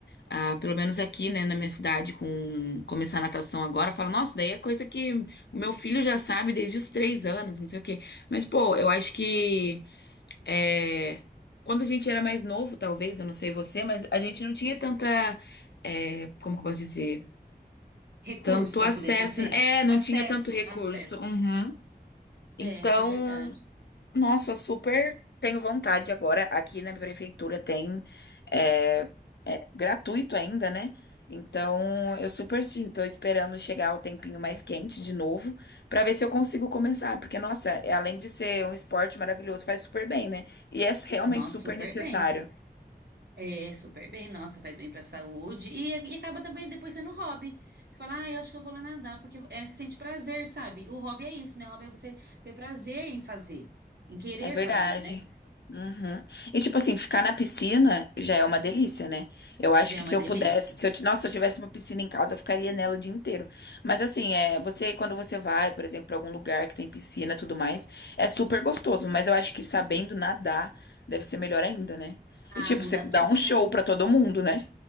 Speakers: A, on the left; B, on the right.
A: ah, pelo menos aqui, né, na minha cidade, com começar natação agora. Fala, nossa, daí é coisa que o meu filho já sabe desde os três anos, não sei o quê. Mas pô, eu acho que É, quando a gente era mais novo, talvez, eu não sei você, mas a gente não tinha tanta, é, como que eu posso dizer?
B: Recurso
A: Tanto
B: para
A: acesso.
B: poder fazer?
A: né? É, não
B: Acesso,
A: tinha tanto recurso.
B: acesso.
A: Uhum. Então,
B: É, isso é verdade.
A: nossa, super tenho vontade agora. Aqui na minha prefeitura tem é, é gratuito ainda, né? Então eu super sim, tô esperando chegar o tempinho mais quente de novo pra ver se eu consigo começar, porque nossa, além de ser um esporte maravilhoso, faz super bem, né? E é realmente
B: Nossa,
A: super
B: super
A: necessário.
B: bem. É, super bem. Nossa, faz bem pra saúde. E, e acaba também depois sendo um hobby. Você fala, ah, eu acho que eu vou lá nadar, porque é, você sente prazer, sabe? O hobby é isso, né? O hobby é você ter prazer em fazer, em querer
A: É verdade.
B: fazer, né?
A: Uhum. E tipo assim, ficar na piscina já é uma delícia, né? Eu acho
B: Já
A: que
B: é uma
A: se eu
B: delícia.
A: pudesse, se eu, ti- nossa, se eu tivesse uma piscina em casa, eu ficaria nela o dia inteiro. Mas assim, é, você quando você vai, por exemplo, para algum lugar que tem piscina, e tudo mais, é super gostoso, mas eu acho que sabendo nadar deve ser melhor ainda, né?
B: Ah,
A: E tipo,
B: muda
A: você dá
B: tudo,
A: um show
B: né?
A: pra
B: <laughs>
A: todo mundo, né?